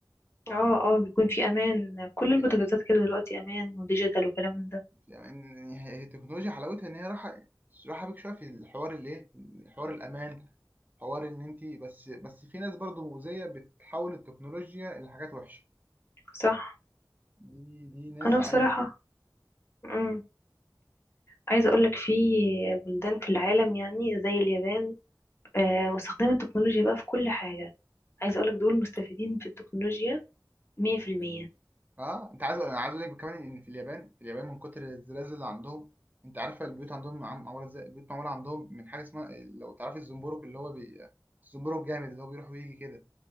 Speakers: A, on the left (about 35°); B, on the right (about 20°).
A: اه اه بيكون في امان كل
B: يعني
A: البوتاجازات كده دلوقتي امان وديجيتال وكلام من ده
B: يعني ان هي هي التكنولوجيا حلاوتها ان هي راحه راحه بيك شويه في الحوار اللي ايه حوار الامان حوار ان انت بس بس في ناس برضو مؤذيه بتحول التكنولوجيا لحاجات وحشه
A: صح
B: دي دي ناس
A: انا بصراحه
B: عايز
A: امم عايزه اقولك في بلدان في العالم يعني زي اليابان آه، مستخدمين التكنولوجيا بقى في كل حاجة عايزة أقولك دول مستفيدين في التكنولوجيا مية في المية
B: اه انت عايز انا عايز اقول لك كمان ان في اليابان في اليابان من كتر الزلازل اللي عندهم انت عارفه البيوت عندهم عم- معموله ازاي البيوت معموله عندهم من حاجه اسمها لو تعرفي الزنبرك اللي هو بي... الزنبرك الجامد اللي هو بيروح ويجي كده